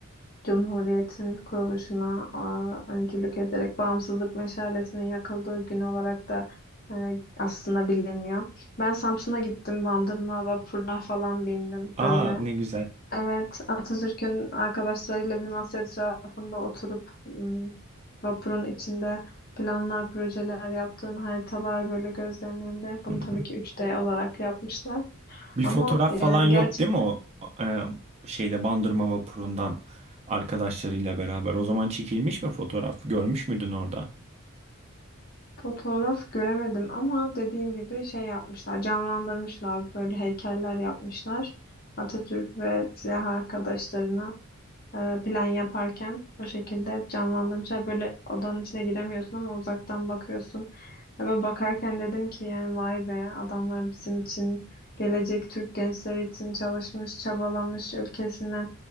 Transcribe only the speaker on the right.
Aa
ne güzel.
Hı
hı.
Bir
fotoğraf
falan yok
değil mi o e, şeyde Bandırma vapurundan arkadaşlarıyla beraber. O zaman çekilmiş mi fotoğraf? Görmüş müydün orada?